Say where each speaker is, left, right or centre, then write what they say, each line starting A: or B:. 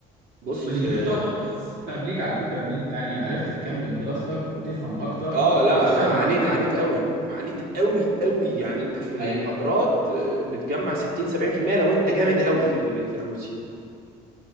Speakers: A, on the right; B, on the right.
A: بص
B: ودي
A: آه،
B: تقرب ليك على فكرة ان انت يعني عرفت تكمل دراستك وتفهم اكتر
A: اه لا
B: وتشتغل
A: انا عانيت
B: بعد كده
A: عانيت قوي عانيت قوي قوي يعني انت في المحاضرات
B: ايوه
A: آه، بتجمع 60 70% لو انت جامد قوي في ال- في الروسي